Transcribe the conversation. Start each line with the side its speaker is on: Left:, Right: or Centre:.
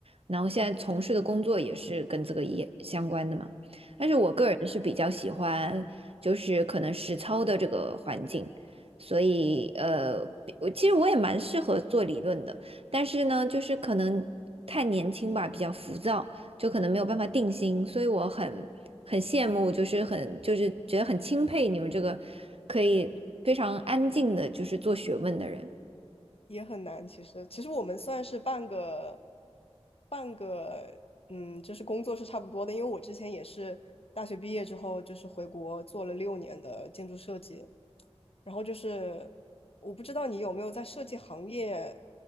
Right: 然后现在从事的工作也是跟这个也相关的嘛。但是我个人是比较喜欢，就是可能实操的这个环境，所以呃，我其实我也蛮适合做理论的，但是呢，就是可能太年轻吧，比较浮躁。就可能没有办法定心，所以我很很羡慕，就是很就是觉得很钦佩你们这个可以非常安静的，就是做学问的人。
Left: 也很难。其实，其实我们算是半个半个，嗯，就是工作是差不多的。因为我之前也是大学毕业之后，就是回国做了六年的建筑设计。然后就是，我不知道你有没有在设计行业，